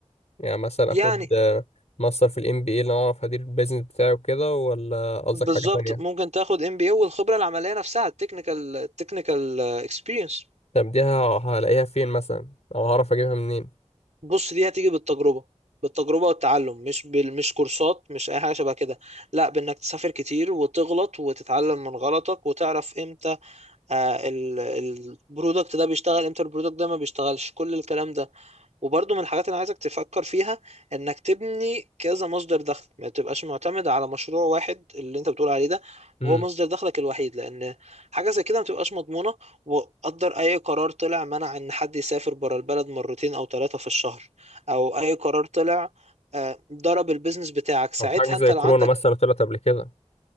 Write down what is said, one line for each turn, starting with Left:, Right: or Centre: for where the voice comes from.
Left: يعني مثلا
Right: يعني
Left: اخد آه، ماستر في الام بي اي اللي انا اعرف ادير البيزنس بتاعي وكده ولا قصدك
Right: بالظبط
Left: حاجة تانية
Right: ممكن تاخد ام بي اي والخبره العمليه نفسها التكنيكال التكنيكال اكسبيرينس
Left: طب دي ه- هلاقيها فين مثلا او هعرف اجيبها منين
Right: بص دي هتيجي بالتجربة بالتجربة والتعلم مش بال... مش كورسات مش أي حاجة شبه كده لا بإنك تسافر كتير وتغلط وتتعلم من غلطك وتعرف إمتى آه ال... البرودكت ده بيشتغل إمتى البرودكت ده ما بيشتغلش كل الكلام ده وبرضو من الحاجات اللي عايزك تفكر فيها انك تبني كذا مصدر دخل ما تبقاش معتمد على مشروع واحد اللي انت بتقول عليه ده
Left: امم
Right: وهو مصدر دخلك الوحيد لان حاجه زي كده ما تبقاش مضمونه وقدر اي قرار طلع منع ان حد يسافر بره البلد مرتين او ثلاثه في الشهر او اي قرار طلع آه، ضرب البيزنس بتاعك ساعتها
Left: او حاجة زي
Right: انت لو
Left: كورونا
Right: عندك
Left: مثلا طلعت قبل كده